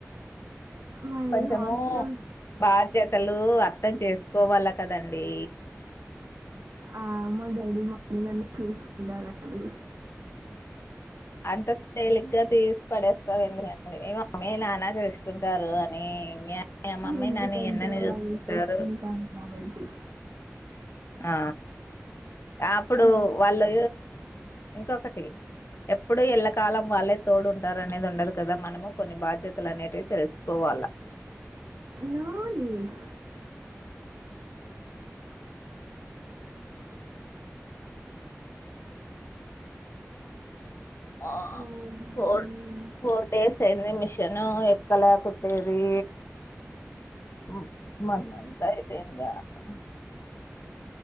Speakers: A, on the right; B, on the left.
A: మరి
B: కొంచం
A: హాస్టల్
B: బాధ్యత బాధ్యతలు అర్థం చేసుకోవాలా కదండీ
A: ఆ మా మమ్మీ డాడీ చూసుకుంటారండీ
B: అంత తేలిగ్గా తీసి పడేస్తారూ ఎందుకండి మేము అమ్మే నానా చూసుకుంటారు అని ఇం ఆ మమ్మయి
A: ఎందుకంటే
B: నాన్న ఎన్నని
A: వాళ్ళు
B: చూసుకుంటారు
A: చూసుకుంటాం కాబట్టి
B: ఆ అప్పుడు
A: ఆ,
B: వాళ్ళు ఇంకొకటి ఎప్పుడు ఎ ళ్లకాలం వాళ్ళే తోడుంటారు అనేది ఉండదు కదా మనము కొన్ని బాధ్యతలు అనేవి తెలుసుకోవాల
A: నో నీడ్
B: ఆ
A: హ్మ్.
B: ఫోర్ ఫోర్ డేస్ అయింది మిషన్ ఎక్కలేకుట్టేది <unintelligible>